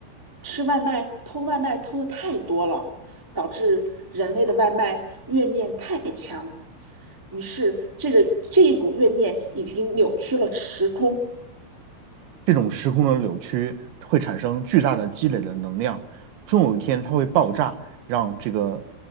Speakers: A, on the right; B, on the right.
A: 吃外卖、偷外卖偷的太多了，导致人类的外卖怨念太强，于是这个这一股怨念已经扭曲了时空，
B: 这种时空的扭曲会产生巨大的积累的能量，终有一天它会爆炸，让这个